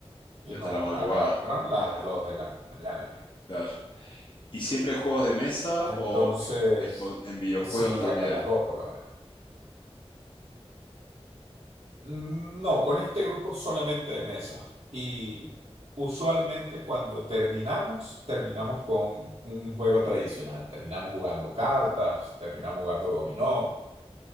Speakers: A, on the right; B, on the left.
A: y
B: y
A: nos
B: hasta la madrugada.
A: agarran las 2 de la mañana.
B: Claro. ¿Y siempre juegos de mesa
A: Entonces,
B: o en, con- en videojuegos
A: sí,
B: también?
A: hasta las 2 por lo menos. No, con este grupo solamente de mesa. Y usualmente cuando terminamos, terminamos con un juego tradicional. Terminamos jugando cartas, terminamos jugando dominó,